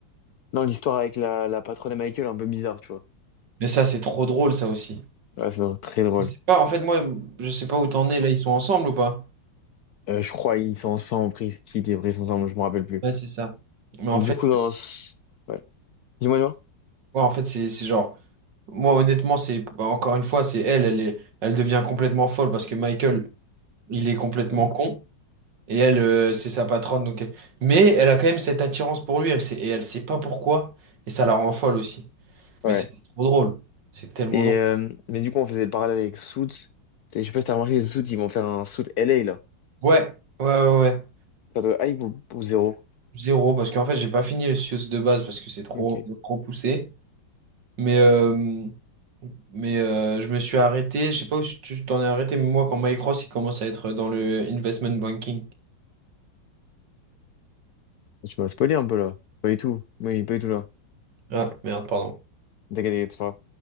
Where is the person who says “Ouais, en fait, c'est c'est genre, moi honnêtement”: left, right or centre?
Right